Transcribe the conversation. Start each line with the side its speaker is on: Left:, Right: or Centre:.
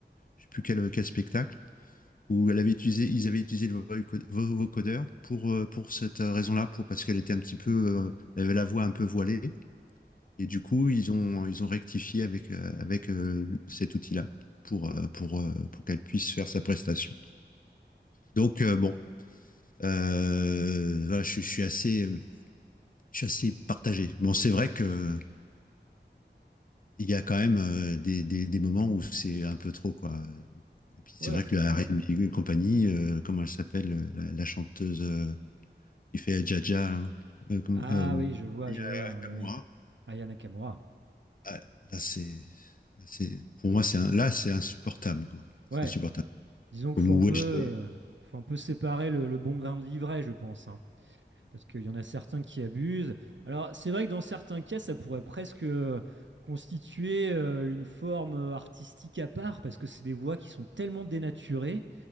Left: je sais plus quel, quel spectacle où elle avait utilisé, ils avaient utilisé le voco- vo- vocodeur pour, euh, pour cette raison-là, pour, parce qu'elle était un petit peu, euh, elle avait la voix un peu voilée. Et du coup, ils ont, ils ont rectifié avec, euh, avec euh, cet outil-là pour, euh, pour, euh, pour qu'elle puisse faire sa prestation. Donc, euh, bon, euh, voilà, je, je, suis assez, je suis assez partagé. Bon, c'est vrai que il y a quand même euh, des, des, des moments où c'est un peu trop, quoi. Et puis
Right: Ouais.
Left: c'est vrai que le RM et compagnie, euh, comment elle s'appelle, euh, la, la chanteuse euh, qui fait Jaja, là, euh, comme-
Right: Ah
Left: euh,
Right: oui, je vois,
Left: il
Right: je
Left: y a
Right: vois. Oui,
Left: Kamura.
Right: oui. Aya Nakamura.
Left: Ah, Là, c'est, c'est- pour moi, c'est un- là, c'est insupportable, quoi.
Right: Ouais,
Left: C'est insupportable.
Right: disons qu'il
Left: Comme
Right: faut
Left: où
Right: un peu,
Left: j'étais.
Right: euh, faut un peu séparer le, le bon grain de l'ivraie, je pense. hein. Parce qu'il y en a certains qui abusent. Alors, c'est vrai que dans certains cas, ça pourrait presque euh, constituer euh, une forme euh, artistique à part, parce que c'est des voix qui sont tellement dénaturées